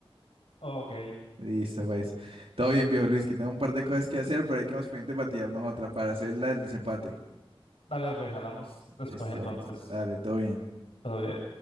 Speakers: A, on the left (about 85°); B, on the right (about 80°).
A: Ok,
B: Listo, pues. Todo bien, viejo Luis, que tengo un par de cosas que hacer, pero hay que vamos pendiente patearnos otra para hacer la- el desempate.
A: dale, pues hablamos después
B: Listo,
A: entonces.
B: dale, todo bien.
A: Todo bien.